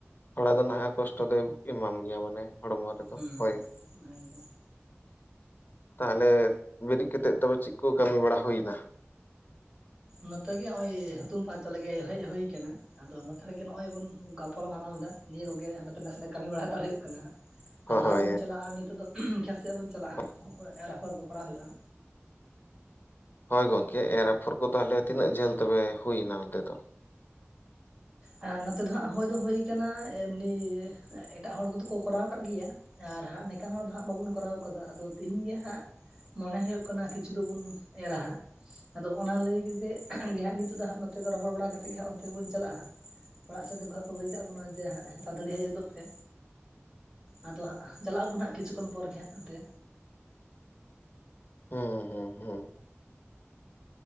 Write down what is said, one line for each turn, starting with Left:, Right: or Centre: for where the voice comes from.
Left: ᱛᱷᱚᱲᱟ ᱫᱚ ᱱᱟᱦᱟᱜ ᱠᱚᱥᱴᱚ ᱫᱚᱭ ᱮᱢᱟᱢ ᱜᱮᱭᱟ ᱢᱟᱱᱮ ᱦᱚᱲᱢᱚ ᱨᱮᱫᱚ
Right: ᱦᱩᱸ
Left: ᱦᱳᱭ
Right: ᱦᱩᱸ ᱮᱠᱫᱚᱢ᱾
Left: ᱛᱟᱦᱚᱞᱮ ᱵᱮᱨᱮᱫ ᱠᱟᱛᱮᱫ ᱛᱮ ᱪᱮᱫ ᱠᱚ ᱠᱟᱹᱢᱤ ᱵᱟᱲᱟ ᱦᱩᱭᱱᱟ?
Right: ᱱᱚᱛᱮ ᱜᱮ ᱦᱚᱸᱜᱼᱚᱭ ᱦᱩᱛᱩᱢ ᱯᱟᱨᱪᱟ ᱞᱮ ᱦᱮᱡ ᱦᱩ ᱠᱟᱱᱟ᱾ ᱟᱫᱚ ᱱᱚᱛᱮ ᱨᱮᱜᱮ ᱱᱚᱜᱼᱚᱭ ᱵᱚᱱ ᱜᱟᱯᱟᱞ ᱢᱟᱨᱟᱣ ᱫᱟ ᱱᱤᱭᱟᱹ ᱠᱚᱜᱮ ᱱᱚᱛᱮᱱᱟᱜ ᱥᱮᱱᱟᱜ ᱠᱟᱹᱢᱤ ᱵᱟᱲᱟ ᱦᱟᱛᱟᱲ ᱦᱩᱭᱩᱜ ᱠᱟᱱᱟ᱾
Left: ᱦᱳᱭ
Right: ᱟᱫᱚ ᱦᱟᱸᱜ ᱵᱚᱱ ᱪᱟᱞᱟᱜᱼᱟ ᱱᱤᱛᱚᱜ ᱫᱚ ᱠᱷ ᱥᱮᱜ ᱵᱚᱱ ᱪᱟᱞᱟᱜᱼᱟᱜ
Left: ᱦᱳᱭ
Right: ᱮᱨ ᱟᱯᱷᱚᱨ ᱠᱚ ᱠᱚᱨᱟᱣ ᱦᱩᱭᱩᱜᱼᱟ᱾
Left: ᱦᱳᱭ ᱜᱚᱝᱠᱮ ᱮᱨ ᱟᱯᱷᱚᱨ ᱠᱚ ᱛᱟᱦᱚᱞᱮ ᱛᱤᱱᱟᱹᱜ ᱡᱷᱟᱹᱞ ᱛᱚᱵᱮ ᱦᱩᱭ ᱮᱱᱟ ᱚᱱᱛᱮ ᱫᱚ?
Right: ᱟᱨ ᱱᱚᱛᱮ ᱫᱚ ᱦᱟᱸᱜ ᱦᱭ ᱫᱚ ᱦᱩ ᱟᱠᱟᱱᱟ ᱮᱢᱱᱤ ᱮᱴᱟᱜ ᱦᱚᱲ ᱠᱚᱫᱚ ᱠᱚ ᱠᱚᱨᱟᱣ ᱟᱠᱟᱫ ᱜᱤᱭᱟ᱾ ᱟᱨ ᱦᱟᱸᱜ ᱱᱮᱠᱟᱱ ᱦᱚᱲ ᱫᱚ ᱦᱟᱸᱜ ᱵᱟᱵᱚᱱ ᱠᱚᱨᱟᱣ ᱠᱟᱫᱟ ᱟᱫᱚ ᱛᱮᱤᱦᱤᱧ ᱜᱮ ᱦᱟᱸᱜ ᱢᱚᱱᱮ ᱦᱩᱭᱩᱜ ᱠᱟᱱᱟ ᱠᱤᱪᱷᱩ ᱫᱚᱵᱚᱱ ᱮᱨᱟ ᱦᱟᱸᱜ᱾ ᱟᱫᱚ ᱚᱱᱟ ᱞᱟᱹᱭ ᱠᱟᱛᱮᱫ ᱜᱮ ᱦᱟᱸᱜ ᱱᱤᱛᱳᱜ ᱫᱚ ᱦᱟᱸᱜ ᱱᱚᱛᱮ ᱨᱚᱚᱲ ᱵᱟᱲᱟ ᱠᱟᱛᱮᱮᱫ ᱜᱮ ᱦᱟᱸᱜ ᱚᱱᱛᱮ ᱜᱮᱵᱚᱱ ᱪᱟᱞᱟᱜᱼᱟ ᱦᱟᱸᱜ᱾ ᱚᱲᱟᱜ ᱥᱮᱫ ᱡᱚᱠᱷᱚᱡ ᱞᱟᱹᱭ ᱠᱟᱜ ᱵᱚᱱᱟ ᱡᱮ ᱦᱟᱸ ᱛᱟᱛᱟᱲᱤ ᱦᱮᱡ ᱦᱚᱫᱚᱜ ᱯᱮ᱾ ᱟᱫᱚ ᱦᱟᱸᱜ ᱪᱟᱞᱟᱜ ᱟᱵᱚᱱ ᱦᱟᱸᱜ ᱠᱤᱪᱷᱩᱠᱷᱚᱱ ᱯᱚᱨ ᱜᱮ ᱦᱟᱸᱜ ᱱᱚᱱᱛᱮ᱾
Left: ᱦᱩᱸ ᱦᱩᱸ ᱦᱩᱸ᱾